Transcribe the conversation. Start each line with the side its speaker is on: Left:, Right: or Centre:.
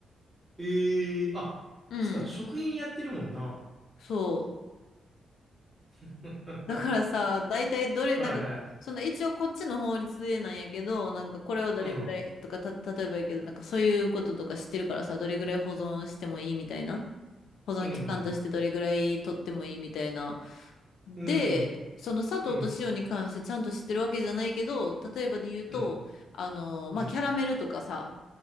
Right: えー、あ、
Left: うん。
Right: つか、食品やってるもんな。
Left: そう。
Right: <laughs>
Left: だからさ、
Right: は
Left: 大体どれ、
Right: いはい。
Left: なんか、その一応こっちの法律でなんやけど、なんかこれをどれぐらいとか、
Right: うん。
Left: た、例えばやけど、なんかそういうこととか知ってるからさ、どれぐらい保存してもいいみたいな。保存期間としてどれぐらい取ってもいいみたいな。
Right: うんうん。
Left: で、
Right: うん。
Left: その砂糖と塩に関してちゃんと知ってるわけじゃないけど、
Right: うん。
Left: 例えばで言うと、
Right: うん。
Left: あの、まあ、
Right: うん。
Left: キャラメルとかさ、